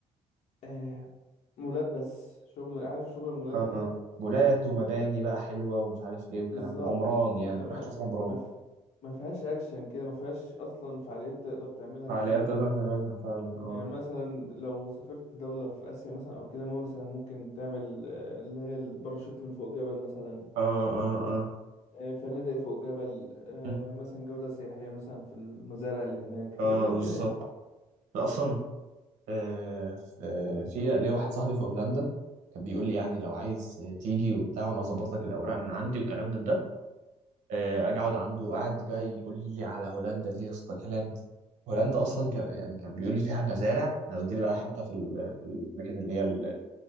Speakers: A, on the left; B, on the right.
A: آه... مولات بس شغل عارف شغل المولات
B: آه،
A: ده
B: مولات ومباني بقى حلوة ومش عارف ايه والكلام
A: بالظبط
B: ده. عمران
A: إنما
B: يعني رايح تشوف عمران
A: ما ف... ما فيهاش أكشن كده ما فيهاش أصلا فعاليات تقدر تعملها
B: فعاليات
A: كتير
B: تقدر تعملها فعلا اه
A: يعني مثلا لو سافرت دولة في آسيا مثلا أو كده مثلا ممكن تعمل آه، اللي هي الباراشوت من فوق جبل مثلا
B: اه اه اه
A: آه، فنادق فوق جبل آه،
B: مم.
A: مثلا جولة سياحية مثلا في المزارع اللي هناك حاجات
B: اه
A: زي
B: بالظبط
A: كده يعني
B: انا اصلا آه آه، في ليا واحد صاحبي في هولندا كان بيقول لي يعني لو عايز تيجي وبتاع وانا هظبط لك الاوراق من عندي وكلام من ده آه اجي اقعد عنده قاعد بقى يقول لي على هولندا دي يا اسطى كلام هولندا اصلا كان يعني كان بيقول لي فيها مزارع هيوديني بقى حته في ال- في الاماكن اللي هي ال-